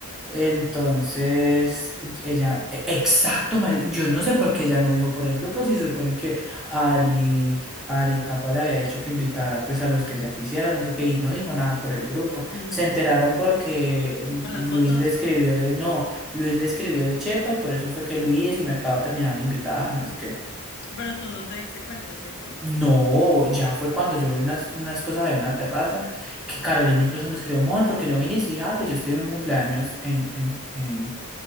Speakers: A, in the centre; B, on the left.
A: Entonces, ella, e- exacto, mari- yo no sé por qué ella no dijo por el grupo, si se supone que Ari, Ari Capa le había dicho que invitara pues a los que ella quisiera, no sé qué, y no dijo nada por el grupo.
B: no,
A: Se enteraron porque
B: por las
A: Luis
B: fotos,
A: le escribió de, no, Luis le escribió de Chepa y por eso fue que Luis y Mercado terminaron invitados y no sé qué.
B: pero tú no te diste cuenta, ¿cierto?
A: No, ya fue cuando yo vi unas, unas cosas ahí en una terraza que Carolina incluso me escribió, amor, ¿por qué no viniste? Y dije, ah, pues yo estoy en un cumpleaños en, en, en,